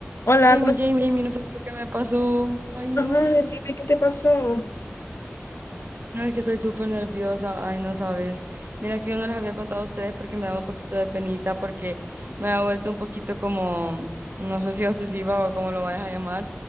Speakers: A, on the left; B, on the right.
A: Hola,
B: Jamie,
A: ¿cómo estás?
B: Jamie, Jamie, no sabes lo que me pasó. Ay, no.
A: Ajá, decime, ¿qué te pasó?
B: No, es que estoy súper nerviosa. Ay, no sabes. Mira que yo no les había contado a ustedes porque me daba un poquito de penita, porque me ha vuelto un poquito como, no sé si obsesiva o como lo vayas a llamar,